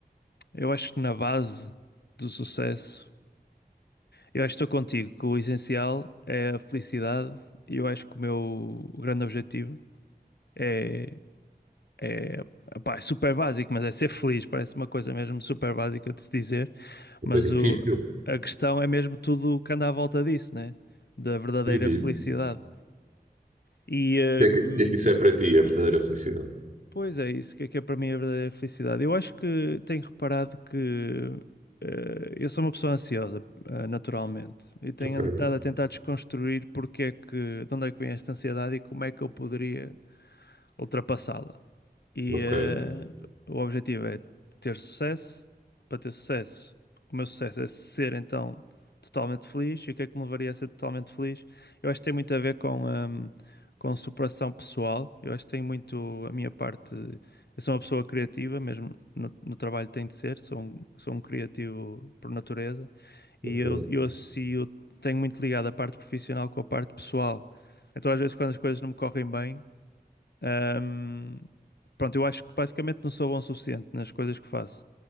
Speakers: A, on the left; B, on the right.
A: eu acho que na base do sucesso, eu acho que estou contigo, que o essencial é a felicidade e eu acho que o meu grande objetivo é, é, pá, é super básico, mas é ser feliz. Parece uma coisa mesmo super básica de se dizer.
B: mas
A: Mas
B: é difícil.
A: o, a questão é mesmo tudo o que anda à volta disso, né? Da verdadeira
B: Uhum.
A: felicidade. E,
B: O que
A: hum,
B: é que, o que é que isso é para ti, a verdadeira felicidade?
A: pois é isso, o que é que é para mim a verdadeira felicidade? Eu acho que tenho reparado que eh, eu sou uma pessoa ansiosa, eh, naturalmente, e tenho
B: Ok,
A: andado a tentar desconstruir porque é que, de onde é que vem esta ansiedade e como é que eu poderia ultrapassá-la. E
B: ok,
A: eh, o objetivo é ter sucesso. Para ter sucesso, o meu sucesso é ser então totalmente feliz. E o que é que me levaria a ser totalmente feliz? Eu acho que tem muito a ver com, ehm, com superação pessoal. Eu acho que tem muito a minha parte. Eu sou uma pessoa criativa, mesmo no, no trabalho tem de ser. Sou um, sou um criativo por natureza. E
B: ok.
A: eu, eu associo, tenho muito ligado a parte profissional com a parte pessoal. Então, às vezes, quando as coisas não me correm bem. Ahm, pronto, eu acho que basicamente não sou bom o suficiente nas coisas que faço.